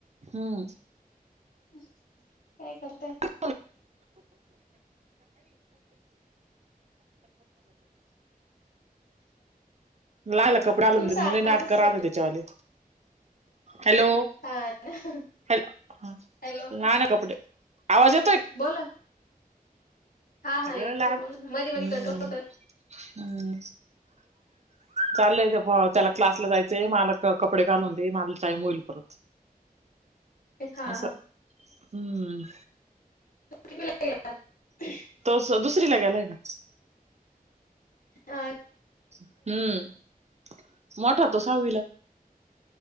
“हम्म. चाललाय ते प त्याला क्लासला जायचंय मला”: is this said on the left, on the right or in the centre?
Right